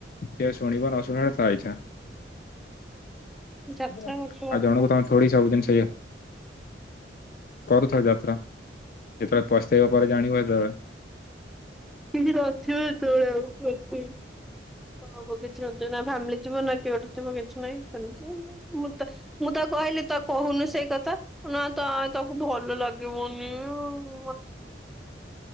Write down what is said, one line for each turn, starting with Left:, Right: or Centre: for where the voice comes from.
Left: କେ ଶୁଣିବ ନସୁଣିବ ତା ଇଛା।
Centre: ଯାତ୍ରା
Left: ଆଉ
Centre: କରୁଛୁ ଘରକୁ
Left: ଜଣକୁ ତମେ ଥଡ଼ି ସ ଆଉଜିନ ସଇବ। କରୁଥାଅ ଯାତ୍ରା ଯେତେବେଳେ ପସ୍ତେଇବ ପରେ ଜାଣିବ ହେତେବେଳେ।
Centre: କିଛି ନଥିବ ଯେତେବେଳେ ଆଉସି ହଁ ହବ କିଛି ନା ଫ୍ୟାମିଲି ଥିବ ନା କିଟେ ଥିବ କିଛି ନାହିଁ ସେମିତି ଆଉ। ମୁଁ ତ କହିଲି ତ କହୁନୁ ସେଇ କଥା। ତା ନା ତ ଆ ତାକୁ ଭଲ ଲାଗିବନି ଆଉ।